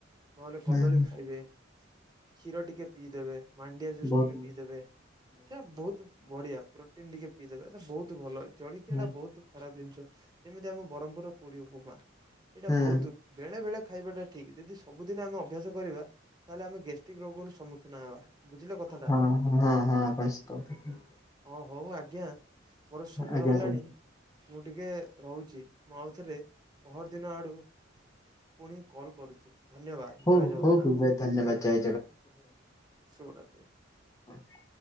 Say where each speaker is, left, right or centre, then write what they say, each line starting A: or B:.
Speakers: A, on the right; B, on the left.
A: ନହେଲେ କଦଳୀ
B: ହୁଁ
A: ଖାଇବେ। କ୍ଷୀର ଟିକେ ପିଇଦେବେ ମାଣ୍ଡିଆ ଜୁସ୍
B: ବହୁତ
A: ଟିକେ
B: ବହୁତ
A: ପିଇଦେବେ ସେ ବହୁତ ବଢିଆ। ପ୍ରୋଟିନ୍ ଟିକେ ପିଇଦେବେ। ଏଇଟା ବହୁତ ଭଲ। ଜଳିଖିଆ
B: ହୁଁ
A: ଟା ବହୁତ୍ ଖରାପ ଜିନିଷ। ଯେମିତି ଆମ ବରହମ୍ପୁର୍ ର ପୁରୀ ଉପମା! ଏଇଟା
B: ହୁଁ
A: ବହୁତୁ ବେଳେ ବେଳେ ଖାଇବାଟା ଠିକ୍। ଯଦି ସବୁଦିନ ଆମେ ଅଭ୍ୟାସ କରିବା, ତାହେଲେ ଆମେ ଗ୍ୟାଷ୍ଟ୍ରିକ୍ ରୋଗରୁ ସମ୍ମୁଖୀନ ହେବା। ବୁଝିଲେ କଥାଟା
B: ହଁ ହଁ ହଁ ହଁସତକଥା।
A: ହଁ, ହଉ ଆଜ୍ଞା ମୋର ସମୟ
B: ଆଜ୍ଞା
A: ହେଲାଣି।
B: କୁହନ୍ତୁ।
A: ମୁଁ ଟିକେ ରହୁଛି। ମୁଁ ଆଉଥରେ ପହର ଦିନ ଆଡ଼ୁ ପୁଣି କଲ୍ କରୁଚି। ଧନ୍ୟବାଦ,
B: ହଉ
A: ଜୟ ଜଗନ୍ନାଥ!
B: ହଉ ବିବେକ, ଧନ୍ୟବାଦ ଜୟ
A: ଶୁଭରାତ୍
B: ହଁ।